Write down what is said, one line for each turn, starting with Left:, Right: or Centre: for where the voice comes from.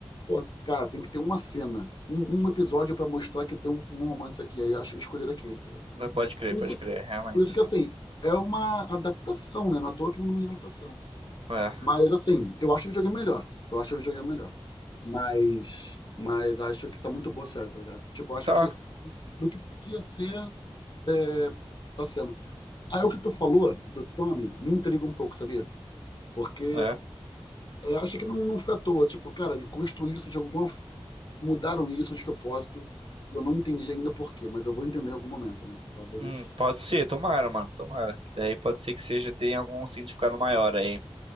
Left: pô, cara, tem que ter uma cena, um, um episódio pra mostrar que tem um, um romance aqui. Aí eu acho que escolher aquele, entendeu?
Right: Pode crer,
Left: Por
Right: pode
Left: isso,
Right: crer, realmente.
Left: por isso que, assim, é uma adaptação, né? Não é à toa que não é uma adaptação.
Right: É.
Left: Mas, assim, eu acho o videogame melhor. Eu acho o videogame melhor. Mas, mas acho que tá muito boa a série, tá ligado? Tipo, eu acho
Right: Tá,
Left: que do que podia ser, é, tá sendo. Aí o que tu falou do Tommy me intriga um pouco, sabia? Porque
Right: é.
Left: é, acho que não, não foi à toa. Tipo, cara, ele construiu isso de alguma. f- Mudaram isso de propósito. Eu não entendi ainda por quê, mas eu vou entender em algum momento, né? Talvez.
Right: Hum, pode ser, tomara, mano, tomara. Daí pode ser que seja, tenha algum significado maior aí.